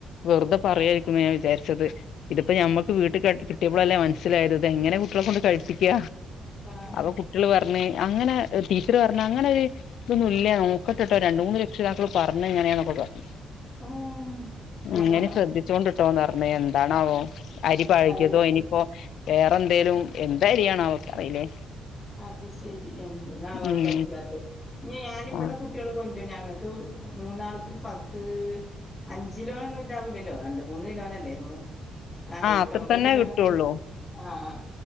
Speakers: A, on the left (about 70°); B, on the left (about 20°).
A: വെറുതെ
B: ഉം
A: പറയമായിരിക്കുന്ന ഞാൻ വിചാരിച്ചത് ഇതിപ്പോ ഞമ്മക്ക്
B: ഉം
A: വീട്ടിൽ കി കിട്ടിയപ്പളല്ലേ മനസ്സിലായത് ഇത് എങ്ങനെ കുട്ടികളെ കൊണ്ട് കഴിപ്പിക്ക
B: ആഹ്
A: അപ്പൊ കുട്ടികൾ പ റഞ്ഞ് അങ്ങനെ ടീച്ചറ് പറഞ്ഞ അങ്ങനെ ഒരു ഇതൊന്നുല്ല നോക്കട്ടെട്ടോ രണ്ട് മൂന്ന് രക്ഷിതാക്കള് പറഞ്ഞ എങ്ങനെയാന്നൊക്കെ പറഞ്ഞു.
B: ആഹ്
A: ഉം ഇഞെ ശ്രദ്ധിച്ചോണ്ട്ട്ടോന്ന് പറഞ്ഞ എന്താണാവോ? അരി പഴകിയതോ
B: അത് ശരി
A: ഇനിയിപ്പോ വേറെ എന്തേലും എന്ത അരിയാണോ ക്ക് അറിയില്ലേ
B: അത് ശരി എന്ത നാ
A: ഉം
B: പറ്റാത്ത ഇ ഞാനിവിടെ
A: ആഹ്
B: കൂട്ട് ട്ടിയള്കൊണ്ട ഞങ്ങൾക്ക് മൂന്നാൾക്ക് പത്ത് അഞ്ചിലോന ഒന്നും ഉണ്ടാവുല്ലല്ലോ രണ്ട മൂന്ന് കിലോന്നല്ലേ,, ആഹ് എട്ട്ഒമ്പത്
A: അത്ര തന്നെ
B: കിലോനൊക്കെ
A: കിട്ടുള്ളൂ
B: കിട്ടും ആഹ് ആഹ്